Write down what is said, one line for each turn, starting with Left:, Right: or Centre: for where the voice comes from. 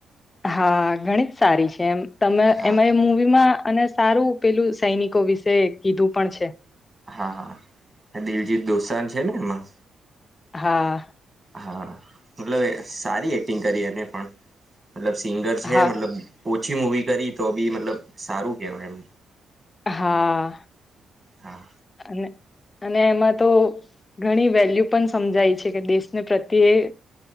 Left: હા ઘણી જ સારી છે, એમ તમે
Right: હા
Left: એમાં એ મુવીમાં અને સારું પેલું સૈનિકો વિશે કીધું પણ છે.
Right: હા દિલજીત દોસાન છે ને એમાં
Left: હા
Right: હા મતલબ સારી એક્ટિંગ કરી એને પણ મતલબ સિંગર છે,
Left: હા
Right: મતલબ. ઓછી મૂવી કરી તો બી મતલબ સારું કેહેવાય એમ
Left: હા
Right: હા
Left: અને અને એમાં તો ઘણી વેલ્યુ પણ સમજાય છે કે દેશને પ્રત્યે